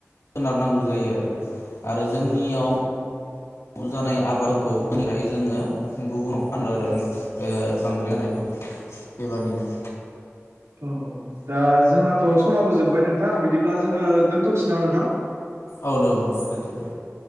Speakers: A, on the left; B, on the right.
A: सोनारनांगौ जायो आरो आरो जोंनियाव न' जानाय आबादफोरखौनिफ्राय जोङो गुबुनाव फान आरो ओ बांद्राय होनायफोरखौ बेबादिनो
B: औ औ दा जोंहाथ' समाबो जोब्बाय नोंथां बिदिब्ला जोङो दोन्थ'नोसै नामा नोंथां
A: औ दं दोथ'दो